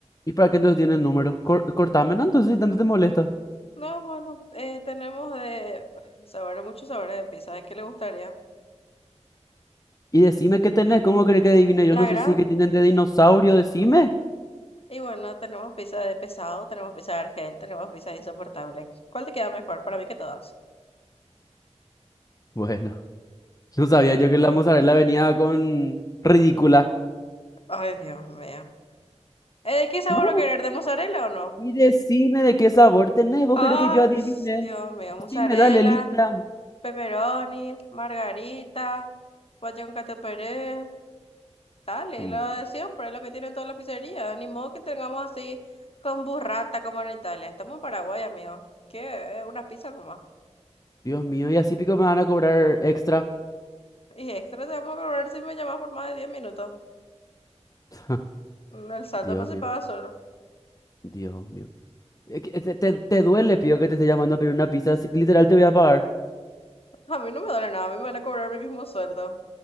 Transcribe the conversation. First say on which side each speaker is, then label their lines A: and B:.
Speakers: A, on the left; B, on the left.
A: ¿Y para qué entonces tienen número? Cor- cortame, ¿no? Entonces, si tanto te molesta.
B: No, bueno, eh, tenemos de <sighs> sabores, muchos sabores de pizza, ¿de qué le gustaría?
A: Y decime qué tenés, ¿cómo querés que adivine? Yo no
B: La
A: sé
B: gran,
A: si es que tienen de dinosaurio, decime.
B: y bueno, tenemos pizza de pesado, tenemos pizza de argel, tenemos pizza de insoportable. ¿Cuál te queda mejor? Para mí que todas.
A: Bueno, <laughs> no sabía yo que la mozzarella venía con ridícula.
B: Ay, Dios mío. Eh, ¿qué sabor
A: No.
B: va a querer? ¿De mozzarella o no?
A: Y decime de qué sabor tenés. ¿Vos
B: Ay,
A: querés que yo adivine?
B: Dios mío. Mozzarella,
A: Decime, dale, lista.
B: pepperoni, margarita, guayón cato pérez. Dale,
A: Mm,
B: lo de siempre, lo que tienen todas las pizzerías. Ni modo que tengamos así con burrata como en Italia. Estamos en Paraguay, amigo. ¿Qué? Unas pizzas nomás.
A: Dios mío, y así pico me van a cobrar extra.
B: Y extra te vamos a cobrar si me llamas por más de diez minutos.
A: <laughs>
B: El saldo
A: Dios
B: no se
A: mío,
B: paga solo.
A: Dios mío. Eh, que- Te, te- te duele, pío, que te esté llamando a pedir una pizza. si- Literal, te voy a pagar.
B: A mí no me duele nada, a mí me van a cobrar mi mismo sueldo.